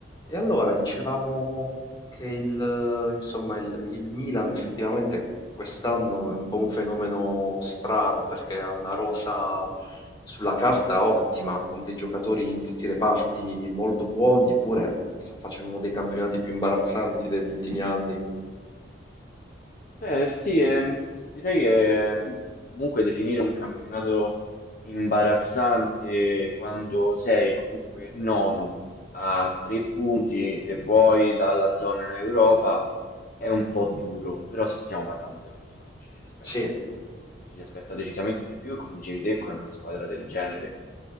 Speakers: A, on the left; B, on the left.
A: E allora dicevamo che il, insomma, il, il Milan effettivamente quest'anno è un po' un fenomeno strano perché ha una rosa sulla carta ottima, con dei giocatori in tutti i reparti molto buoni, eppure sta facendo uno dei campionati più imbarazzanti degli ultimi anni.
B: Eh, sì, ehm, direi che ehm, comunque definire un campionato imbarazzante quando sei comunque nono a tre punti, se vuoi, dalla zona Europa è un po' duro, però se stiamo parlando del Milan ci si aspetta
A: Sì,
B: di più, ci si aspetta decisamente di più e come dicevi te con una squadra del genere